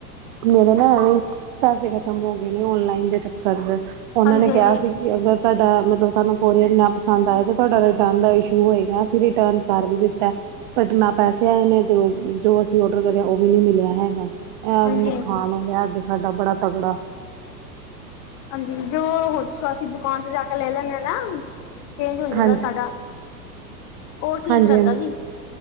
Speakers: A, on the right; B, on the left.
A: ਮੇਰਾ ਨਾ ਐਵੇਂ ਪੈਸੇ ਖ਼ਤਮ ਹੋ ਗਏ ਨੇ ਓਨਲਾਈਨ ਦੇ ਚੱਕਰ ਚ ਉਹਨਾਂ
B: ਹਾਂਜੀ
A: ਨੇ ਕਿਹਾ
B: ਹਾਂਜੀ
A: ਸੀ ਕਿ ਅਗਰ ਤੁਹਾਡਾ ਮਤਲਬ ਸਾਨੂੰ ਕੋਰੀਅਰ ਨਾ ਪਸੰਦ ਆਇਆ ਅਤੇ ਤੁਹਾਡਾ ਰਿਟਰਨ ਦਾ ਇਸ਼ੂ ਹੋਏਗਾ, ਅਸੀਂ ਰਿਟਰਨ ਕਰ ਵੀ ਦਿੱਤਾ। ਬਟ ਨਾ ਪੈਸੇ ਆਏ ਨੇ ਤੇ ਉਹ ਜੋ ਅਸੀਂ ਔਡਰ ਕਰਿਆ ਉਹ ਵੀ ਨਹੀਂ ਮਿਲਿਆ ਹੈਗਾ। ਇਹ
B: ਹਾਂਜੀ
A: ਨੁਕਸਾਨ
B: ਹਾਂਜੀ
A: ਹੋਇਆ, ਅੱਜ ਸਾਡਾ ਬੜਾ ਤਗੜਾ।
B: ਹਾਂਜੀ, ਜੋ ਅਸੀਂ ਦੁਕਾਨ ਤੇ ਜਾ ਕੇ ਲੈ ਲੈਂਦੇ ਆ ਨਾ ਚੇਂਜ ਹੋ ਜਾਂਦਾ
A: ਹਾਂਜੀ
B: ਸਾਡਾ, ਉਹ ਠੀਕ
A: ਹਾਂਜੀ
B: ਰਹਿੰਦਾ
A: ਹਾਂਜੀ
B: ਜੀ।